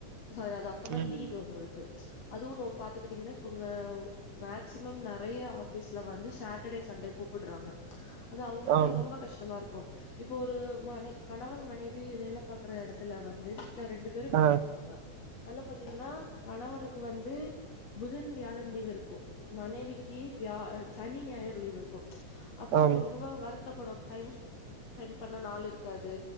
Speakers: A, on the left (about 60°); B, on the right (about 70°).
A: சாரி அது அப்பதா
B: ம்
A: லீவு அவுங்களுக்கு அதுவு லோ பாத்துக்கிட்டீங்கன்னா இப்ப இங்க மேக்சிமம் நெறயா ஆ ஃபீஸ்ல வந்து சேட்டர்டே சண்டே கூப்புடுறாங்க அது அவுங்களுக்குல்லா
B: ஆம்
A: ரொம்ப கஷ்டமா இருக்கு இப்போ ஒரு மனை கணவன் மனைவி வேல பாக்குற எடத்துல வந்து வீட்ல ரெண்டு பேரு வேல
B: ஆ
A: பாப்பாங்க அதுல்ல பாத்தீங்கன்னா கணவனுக்கு வந்து புதன் வியாழன் லீவு இருக்கு மனைவிக்கி வியா ஆ சனி ஞாயிற் லீவு இருக் கு அப்போ அவுங்க
B: ஆம்
A: ரொம்ப வருத் தபடுற டைம் ஸ்பெண்ட் பண்ண நாள் இருக்காது